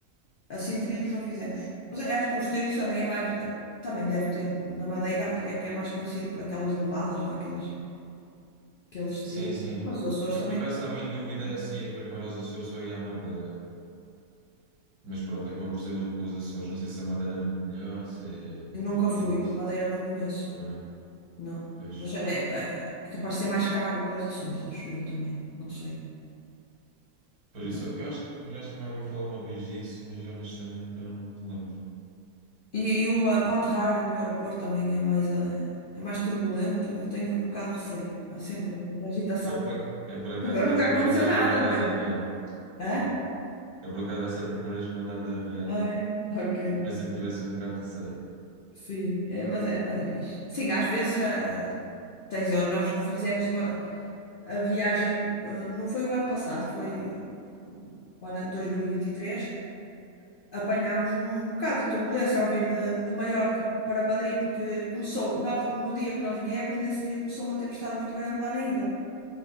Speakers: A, on the left; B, on the right.
A: Assim, trilhos não fizemos. Mas eu acho que os trilhos também é mais. eh, Também deve ter. Na Madeira acho que é que é mais conhecido por aquelas levadas, né? Aqueles, aqueles
B: sim,
A: trilhos.
B: sim.
A: Mas os Açores
B: Eu
A: também.
B: por acaso estava em dúvida
A: hum,
B: se ia primeiro aos Açores ou ia à Madeira. Mas pronto, acabou por ser os, os Açores. Não sei se a Madeira é muito melhor, se é muito
A: Eu nunca
B: diferente.
A: fui. Madeira não conheço.
B: ou não.
A: Não.
B: Pois,
A: Mas é, é- é capaz de ser mais caro que os Açores, acho eu também. Não sei.
B: pois
A: Não
B: isso,
A: é?
B: eu acho, pois acho que também ouvi falar uma vez disso, mas honestamente também não me lembro.
A: E, e o, eh, para aterrar no aeroporto também é mais, eh, é mais turbulento. Eu tenho um bocado de receio. Há sempre muita agitação.
B: Eu por, é por acaso
A: Nunca, nunca
B: vai ser
A: aconteceu
B: a primeira vez
A: nada,
B: que eu vou andar
A: não é?
B: de
A: Mas,
B: avião.
A: Hã?
B: Sim. Eu por acaso vai ser a primeira vez que vou andar de avião.
A: Ah, é? Ok.
B: E também sempre tive assim um bocado de receio.
A: Sim, é, mas é, mas é fixe. Sim, às vezes ah, tens, ó, nós fizemos uma a viagem, ah, não foi o ano passado, foi uh, o ano 2023, apanhámos um, um bocado de turbulência ao vir de, de Maiorca para Madrid, porque começou, nós, no dia que nós viemos, nesse dia começou uma tempestade muito grande lá na ilha.